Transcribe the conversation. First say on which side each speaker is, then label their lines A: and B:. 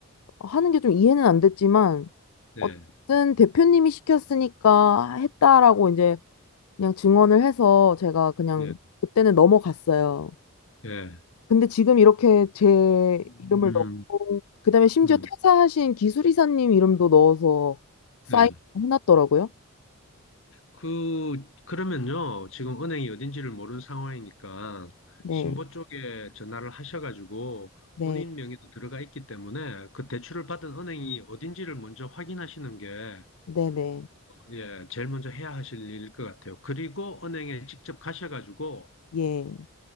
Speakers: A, on the left; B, on the left.
A: 하는 게 좀 이해는 안 됐지만
B: 네,
A: 어쨌든 대표님이 시켰으니까 했다라고 이제 그냥 증언을 해서 제가 그냥
B: 네,
A: 그때는 넘어갔어요.
B: 네.
A: 근데 지금 이렇게 제
B: 음,
A: 이름을 넣고 그다음에 심지어
B: 음,
A: 퇴사하신 기술이사님 이름도 넣어서 사인
B: 네.
A: 해놨더라고요.
B: 그, 그러면요. 지금 은행이 어딘지를 모르는 상황이니까
A: 네,
B: 신보 쪽에 전화를 하셔가지고
A: 네,
B: 본인 명의로 들어가 있기 때문에 그 대출을 받은 은행이 어딘지를 먼저 확인하시는 게
A: 네, 네,
B: 예, 제일 먼저 해야 하실 일일 것 같아요. 그리고 은행에 직접 가셔가지고
A: 예,